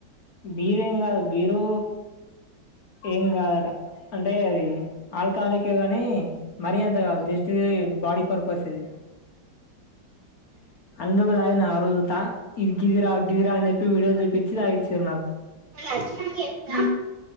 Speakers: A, on the left; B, on the right.
A: బీరు ఏం కాదు బీరు ఏం కాదట అంటే అది ఆ కాలకిగాని మరియాంత కాదు జస్ట్ ఇది బాడీ పర్పస్ ఇది అందుకుదాయి నారుజతా ఇది గిదిరా గిదిరా అని వీడియో చూపిచ్చితాగిచ్చిర్రు నాకు
B: మల్ల ఆచ్చినాక చెప్తా